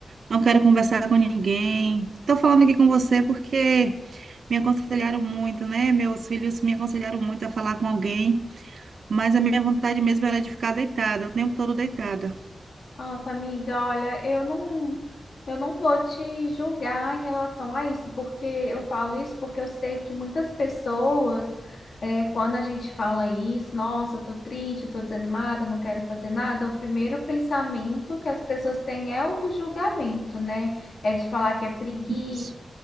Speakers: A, on the right (about 65°); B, on the left (about 80°).
A: não quero conversar com ninguém. Tô falando aqui com você porque me aconselharam muito, né? Meus filhos me aconselharam muito a falar com alguém. Mas a minha vontade mesmo era de ficar deitada, o tempo todo deitada.
B: Nossa, amiga, olha, eu não, eu não vou te julgar em relação a isso, porque eu falo isso porque eu sei que muitas pessoas, é, quando a gente fala isso, nossa, eu tô triste, eu tô desanimada, não quero fazer nada, o primeiro pensamento que as pessoas têm é o do julgamento, né? É de falar que é preguiça,
A: Isso.